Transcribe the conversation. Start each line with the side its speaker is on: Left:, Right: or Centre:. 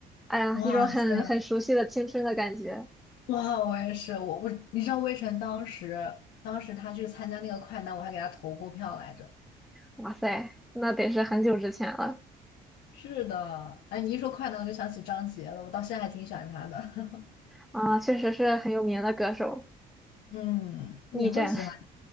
Centre: 哎呀，
Left: <laughs> 哇塞，
Centre: 一种很很熟悉的青春的感觉。
Left: 哇，我也是，我我你知道魏晨当时当时他去参加那个快男，我还给他投过票来着。
Centre: 哇塞，那得是很久之前了
Left: 是的，哎，你一说快男，我就想起张杰了，我到现在还挺喜欢他的。<laughs>
Centre: 啊，确实是很有名的歌手。
Left: 嗯，你会喜欢？
Centre: 逆战，